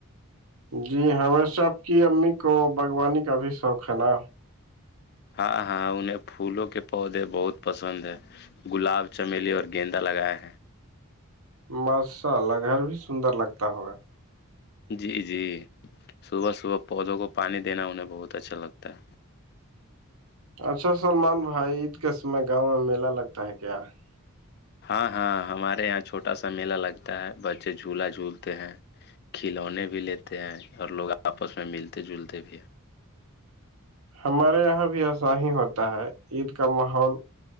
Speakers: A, on the right (about 80°); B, on the left (about 50°).
A: جی ہمیشہ آپ کی امی کو باغوانی کا بھی شوق ہے نا
B: ہاں ہاں انہیں پھولوں کے پودے بہت پسند ہیں گلاب چمیلی اور گیندا لگایا ہیں
A: مسءلہ گھر بھی سندر لگتا ہوگا
B: جی جی صبح صبح پودوں کو پانی دینا انہیں بہت اچھا لگتا ہے
A: اچھا سلمان بھائی عید کے سے گاؤں میں میلہ لگتا ہے کیا <unintelligible>
B: ہاں ہاں ہمارے یہاں چھوٹا سا میلہ لگتا ہے بچے جھولا جھولتے ہیں کھلونے بھی لیتے ہیں اور لوگ آپس میں ملتے جلتے بھی ہیں
A: ہمارے یہاں بھی ایسا ہی ہوتا ہے عید کا ماحول <unintelligible>